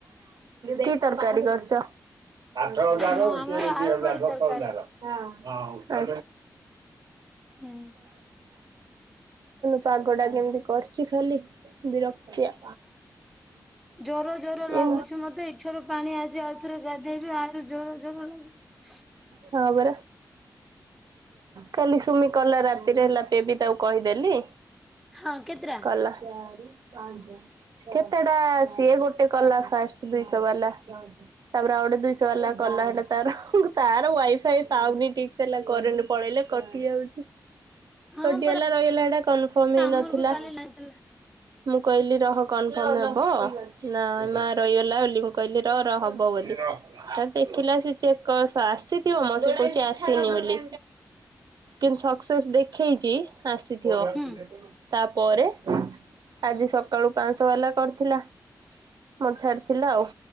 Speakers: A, on the right; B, in the centre.
A: କି ତରକାରୀ କରୁଛ। ଆଠ ହଜାର
B: ମୁଁ ଆମର
A: ସେ ଦି
B: ଆଳୁ
A: ହଜାର
B: ବଡି
A: ଦଶ
B: ତରକାରୀ।
A: ହଜାର। ଆଛା।
B: ହୁଁ
A: ପାଗ ଟା କେମିତି କରିଛି ଖାଲି ବିରକ୍ତିଆ।
B: ଜରୁଆ ଜରୁଆ ଲାଗୁଛି
A: ଉଁ
B: ମତେ ଏଇଠାରୁ ପାଣି ଆଜି ଆଉଥରେ ଗାଧେଇବି ଆଉରି ଜର <inaudible>
A: ହଁ ପରା। କାଲି ସୁମି କଲା ରାତିରେ ହେଲା ବେବି ତାକୁ କହିଦେଲି।
B: ହଁ କେତଟା?
A: କଲା। କେତେଟା ସିଏ ଗୋଟେ କଲା ଫାଷ୍ଟ ଦୁଇଶହ ବାଲା। ତାପରେ ଆଉ ଗୋଟେ ଦୁଇଶହ ବାଲା କଲା ହେଲା ତାର ତାର ୱାଇଫ ସେଇ ପାଉନି ଠିକସେ ହେଲା କରେଣ୍ଟ ପଳେଇଲେ କଟି ଯାଉଛି।
B: ହଁ
A: କଟିଗଲା
B: ପରା
A: ରହିଗଲା ହେଟା କନଫର୍ମ ହେଇନଥିଲା।
B: ଆମର ବି କାଲି ଲାଇନ ଥିଲା।
A: ମୁଁ କହିଲି ରହ କନଫର୍ମ ହବ ନା ମା ରହିଗଲା ବୋଲି। କହିଲି ର ର ହବ ବୋଲି ତାପରେ ଦେଖିଲା ସେ ଚେକ୍ କର ଆସି କହୁଛି ଆସିନି ବୋଲି। କିନ୍ତୁ ସକ୍ସେସ ଦେଖେଇଛି ଆସିଥିବ।
B: ହୁଁ
A: ତାପରେ। ଆଜି ସକାଳୁ ପାଞ୍ଚଶହ ବାଲା କରିଥିଲା ମତେ ଛାଡିଥିଲା ଆଉ